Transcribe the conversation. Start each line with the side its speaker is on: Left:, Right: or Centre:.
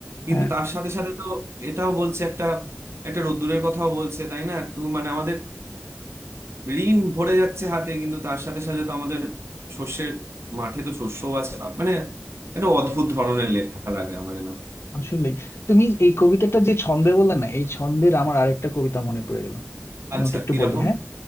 Right: কিন্তু
Left: হ্যাঁ
Right: তার সাথে সাথে তো এটাও বলছে একটা একটা রোদ্দুরের কথাও বলছে তাই না তো মানে আমাদের ঋণ ভরে যাচ্ছে হাতে কিন্তু তার সাথে সাথে তো আমাদের শস্যের মাঠে তো শস্যও আছে মানে একটা অদ্ভুত ধরনের লেখা লাগে আমার নাম
Left: আসলে তুমি এই কবিতাটা যে ছন্দে বললে না এই ছন্দের আমার আরেকটা কবিতা মনে পড়ে গেল আমি
Right: আচ্ছা
Left: ওটা একটু
Right: কিরকম
Left: বলি হ্যাঁ